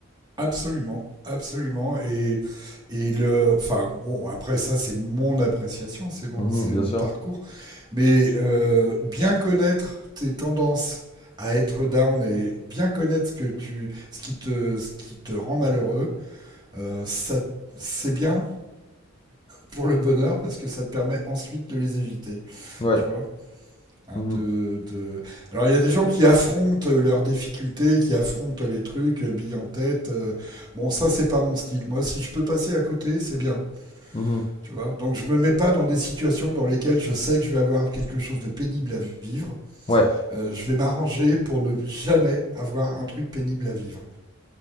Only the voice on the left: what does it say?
Mhm,
bien
sûr.
Ouais.
Mhm,
mhm,
Ouais.